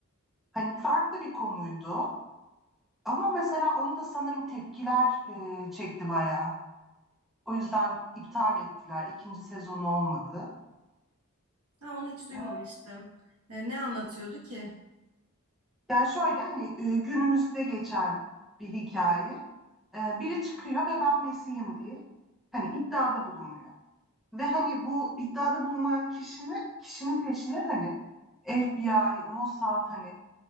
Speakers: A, in the centre; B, on the right.
A: Hani farklı bir konuydu. Ama mesela onu da sanırım tepkiler e, çekti bayağı. O yüzden iptal ettiler. İkinci sezonu olmadı.
B: Ha onu hiç duymamıştım.
A: Ee,
B: E, ne anlatıyordu ki?
A: Yani şöyle hani e, günümüzde geçen bir hikaye. Ee, Biri çıkıyor ve ben Mesih'im diye hani iddiada bulunuyor. Ve hani bu iddiada bulunan kişinin kişinin peşine hani FBI, Mossad hani